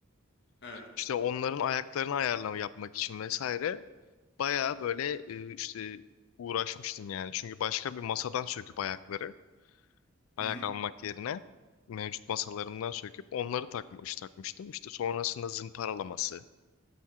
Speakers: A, on the left (about 60°); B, on the left (about 80°).
A: Evet.
B: İşte onların ayaklarını ayarlama yapmak için vesaire bayağı böyle e, işte uğraşmıştım yani. Çünkü başka bir masadan söküp ayakları ayak
A: Hı hı.
B: almak yerine mevcut masalarımdan söküp onları takmış takmıştım. İşte sonrasında zımparalaması,